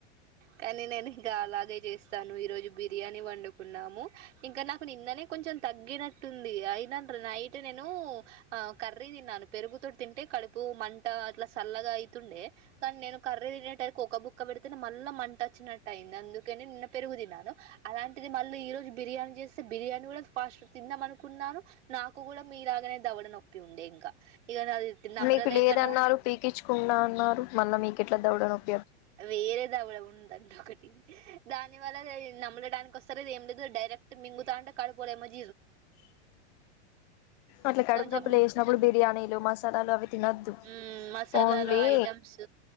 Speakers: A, on the right; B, on the left.
A: కానీ నేను ఇక అలాగే చేస్తాను ఈరోజు బి దీర్యని వండుకున్నాము ఇంకా నాకు నిందనే కొంచం తగ్గినట్టుంది. అయిన నైట్ నేను ఆ కర్రీ తిన్నాను పెరుగుతో తింటే కడుపు మంట అట్లా సల్లగా అయ్ తుండే, కానీ నేను కర్రీ తినేట ఒక బుక్క పెడ్ తన్ మళ్ళా మంట వచ్చినట్టు అయింది. అందుకనే నిన్న పెరుగు తినన్నాను, అలాంటిది మళ్ళీ ఈ రోజు బిర్యానీ చేస్తే బిర్యానీ కూడా ఫాస్ట్ తిందాం అనుకున్నాను నాకు కూడా మీలాగనే దవ్వడ నొప్పి ఉండే ఇంకా ఇక అది నమ్మలలేకనో
B: మీకు లేదన్నారు పీకిచుకున్న అన్నారు. మొన్న మీకెట్లా దౌడ నోప్
A: వేరే దౌడ ఉన్ రెండ్ ఒకటి దాని వల్ల ఈ నమ్మలడానికి వస్తలేద్ ఏం లేదు డైరెక్ట్ మింగుతాంటే <unintelligible>
B: అట్లా కడుపు
A: కొంచెం
B: నొప్పులు వేసినప్పుడు బిర్యానీలు మసాలాలు అవి తినొద్దు
A: మ్మ్ మసాలాలు
B: ఓన్లీ
A: ఐటమ్స్